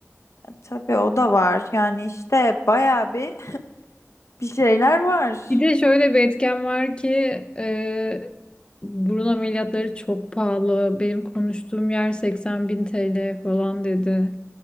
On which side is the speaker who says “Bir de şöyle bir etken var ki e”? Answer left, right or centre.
Left